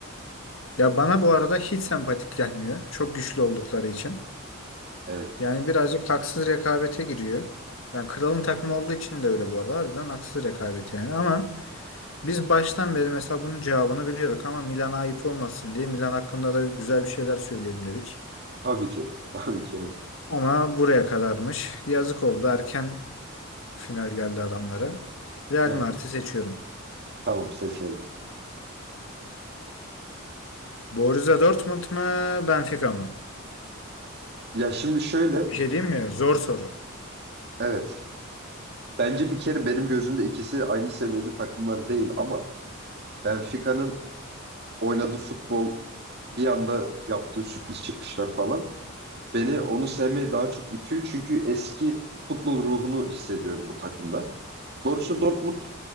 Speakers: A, on the left; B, on the right.
A: ya bana bu arada hiç sempatik gelmiyor. Çok güçlü oldukları için.
B: Evet.
A: Yani birazcık haksız rekabete giriyor. Yani kralın takımı olduğu için de öyle bu arada. Harbiden haksız rekabet yani ama biz baştan beri mesela bunun cevabını biliyorduk ama Milan'a ayıp olmasın diye Milan hakkında da güzel bir şeyler söyleyelim dedik.
B: Tabii ki. <laughs> Tabii ki evet.
A: Ama buraya kadarmış. Yazık oldu. Erken final geldi adamlara. Real
B: Evet.
A: Madrid'i seçiyorum.
B: Tamam seçelim.
A: Borussia Dortmund mu, Benfica mı?
B: Ya şimdi şöyle.
A: Bir şey diyeyim mi? Zor soru.
B: Evet. Bence bir kere benim gözümde ikisi aynı seviyede takımlar değil ama Benfica'nın oynadığı futbol bir anda yaptığı sürpriz çıkışlar falan beni onu sevmeye daha çok itiyor. Çünkü eski futbol ruhunu hissediyorum bu takımda. Borussia Dortmund